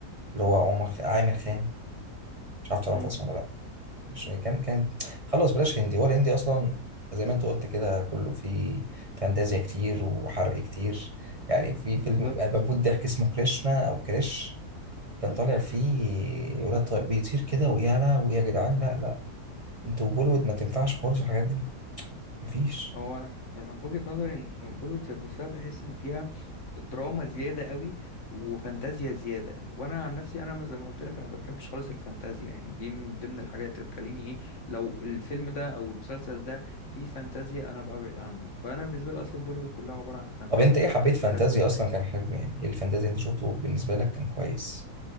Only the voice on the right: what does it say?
اللي هو عمر خ- عامر خان مش عارف تعرفه
اصلا ولا لا مش كان كان خلاص بلاش هندي هو الهندي اصلا زي ما انت قلت كده كله فيه فانتازيا كتير وحرق كتير يعني في
فيلم بموت ضحك اسمه كريشنا او كريش كان طالع فيه ولاد طيب بيطير كده ويا لا ويا جدعان لا لا انتوا بوليوود ما تنفعش خالص الحاجات دي مفيش
طب انت ايه
حبيت
فانتازيا
اصلا كان حلو يعني ايه الفانتازيا اللي انت شفته بالنسبه لك كان كويس